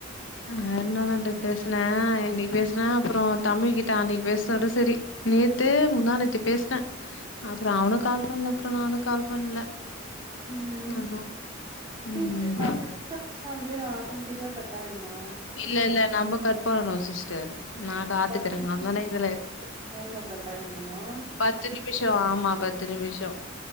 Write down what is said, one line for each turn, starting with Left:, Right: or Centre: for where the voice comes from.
Left: அருண் அண்ணா கிட்ட பேசுனே இன்னைக்கு பேசுனே அப்பறோ தமிழ் கிட்ட அன்னைக்கு பேசனதோட செரி நேத்து முந்தானேத்து பேசுன அப்பறோ அவனு கால் பண்ணல அப்றோ நானு கால் பண்ணல
Right: ம்
Left: அதான்
Right: செரி
Left: ம்
Right: சேரி பாத்து <unintelligible> ஆட்டமட்டிக்கா கட் ஆயிடுமா
Left: இல்ல இல்ல நம்ப கட் பண்ணனும் சிஸ்டர் நா காத்துக்கறே
Right: பத்து நிமிஷம்
Left: நா தான இதுல
Right: செகண்ட்ல கட் ஆயிடணுமா
Left: பத்து நிமிஷோ ஆமா பத் பத்து நிமிஷோ